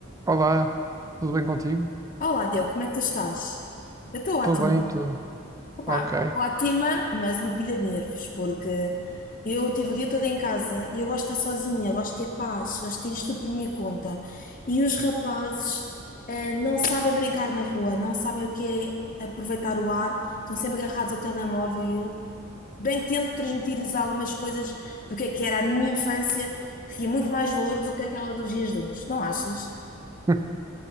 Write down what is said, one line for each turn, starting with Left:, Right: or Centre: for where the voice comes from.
Right: Olá, tudo bem contigo?
Left: Olá, Diogo, como é que tu estás? Eu estou
Right: Estou
Left: ótima.
Right: bem, tudo.
Left: Opa,
Right: Ok.
Left: ótima, mas uma pilha de nervos, porque eu tive o dia todo em casa e eu gosto de estar sozinha, gosto de ter paz, gosto de ter isto tudo por minha conta. E os rapazes, eh, não sabem brincar na rua, não sabem o que é aproveitar o ar, estão sempre agarrados ao telemóvel e eu bem tento transmitir-lhes algumas coisas do que é que era a minha infância, que tinha muito mais valor do que aquela dos dias de hoje, não achas?
Right: <laughs>